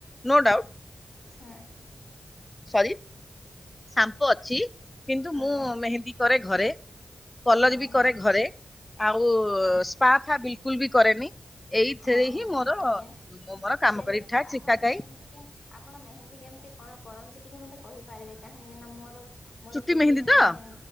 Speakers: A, on the left; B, on the left.
A: No doubt.
B: ହଁ
A: ସରି ସାମ୍ପୋ ଅଛି। କିନ୍ତୁ
B: ଆଜ୍ଞା
A: ମୁଁ ମେହେନ୍ଦୀ କରେ ଘରେ କଲର
B: ହଁ
A: ବି
B: ହଁ
A: କରେ ଘରେ ଆଉ ସ୍ପାଫା ବି। କୁଲ ବି କରେନି। ଏଇଥିରେ
B: ହଁ
A: ହିଁ
B: ହଁ
A: ମୋର
B: ଆଜ୍ଞା
A: ମୁଁ ମୋର କାମ
B: ହେଲେ
A: କରେ ରିଠା
B: ଆପଣ
A: ଝିକା କାଇ
B: ମେହେନ୍ଦୀ କେ ଆପଣ ମେହେନ୍ଦୀ କେମିତି। କଣ କରନ୍ତି ଟିକେ ମୋତେ କହିପାରିବେ କାହିଁକିନା ମୋର ମୋର
A: ଚୁଟି
B: ଚୁଟିରେ
A: ମେହେନ୍ଦୀ
B: ମୁଁ
A: ତ?
B: ମେହେଁ